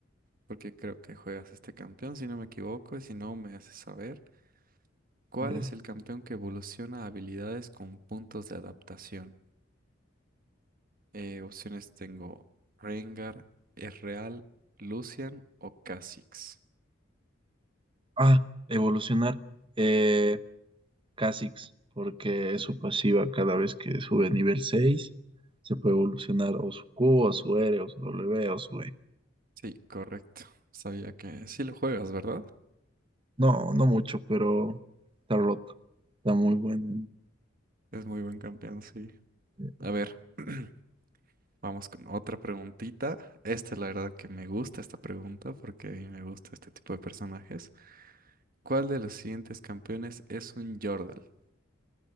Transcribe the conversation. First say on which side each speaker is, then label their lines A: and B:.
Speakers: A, on the right (about 45°); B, on the right (about 25°).
A: porque creo que juegas este campeón, si no me equivoco, y si no me haces saber. ¿Cuál
B: A ver.
A: es el campeón que evoluciona habilidades con puntos de adaptación? Eh, opciones tengo Rengar, Ezreal, Lucian o Kha'Zix.
B: Ah, evolucionar. Eh, Kha'Zix, porque es su pasiva cada vez que sube a nivel seis Se puede evolucionar o su Q, o su R, o su W, o su E.
A: Sí, correcto. Sabía que sí lo juegas, ¿verdad?
B: No, no mucho, pero está roto. Está muy bueno.
A: Es muy buen campeón, sí.
B: Eh,
A: A ver, <clears throat> vamos con otra preguntita. Esta es la verdad que me gusta esta pregunta porque a mí me gusta este tipo de personajes. ¿Cuál de los siguientes campeones es un Yordle?